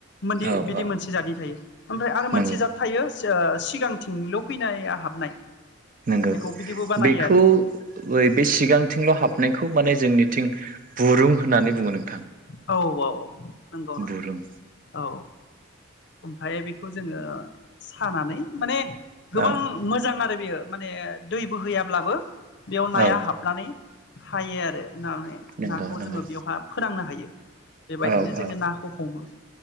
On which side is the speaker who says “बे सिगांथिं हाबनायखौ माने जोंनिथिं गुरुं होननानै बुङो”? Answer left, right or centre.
Right